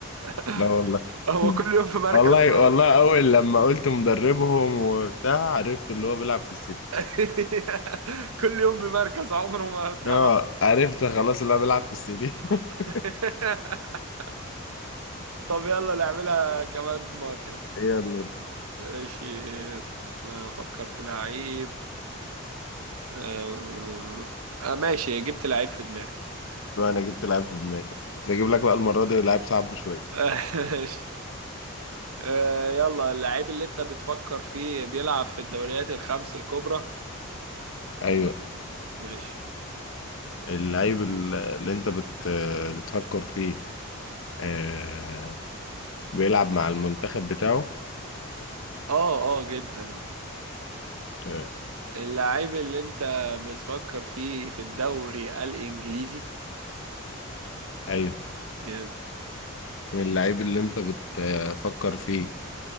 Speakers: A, on the right; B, on the left.
A: <laughs>
B: لا والله
A: هو
B: <laughs>
A: كل يوم في مركز
B: والله
A: بقى.
B: والله أول لما قلت مدربهم وبتاع عرفت اللي هو بيلعب في السيتي
A: <laughs> كل يوم بمركز عمره ما بتعرف
B: اه عرفت خلاص اللي هو بيلعب في السيتي
A: <laughs>
B: <laughs>
A: طب يلا نعملها كمان مرة
B: يلا
A: ماشي افكر في لعيب آه، آه، ماشي جبت لعيب في دماغي
B: بقى انا جبت لاعب في دماغي بس اجيب لك بقى المرة دي لاعب صعب شوية
A: <laughs> ماشي آه، يلا اللعيب اللي انت بتفكر فيه بيلعب في الدوريات الخمس الكبرى
B: ايوه
A: ماشي
B: اللعيب ال- اللي انت بت بتفكر فيه آه، بيلعب مع المنتخب بتاعه
A: اه اه جدا
B: آه،
A: اللعيب اللي انت بتفكر فيه في الدوري الانجليزي
B: ايوه
A: جامد
B: اللعيب اللي انت بتفكر فيه